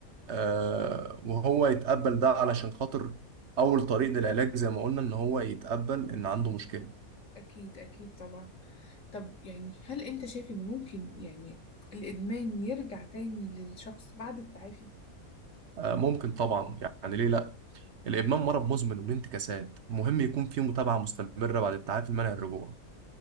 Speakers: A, on the right (about 60°); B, on the left (about 55°).
A: آه، وهو يتقبل ده علشان خاطر أول طريق للعلاج زي ما قلنا إن هو يتقبل إن عنده
B: أيوة.
A: مشكلة
B: أكيد أكيد طبعا طب يعني هل أنت شايف إن ممكن يعني الإدمان يرجع تاني للشخص بعد التعافي؟
A: آه، ممكن طبعا يعني ليه لا الادمان مرض مزمن وليه انتكاسات ومهم يكون فيه متابعه مستمره بعد التعافي المنع الرجوع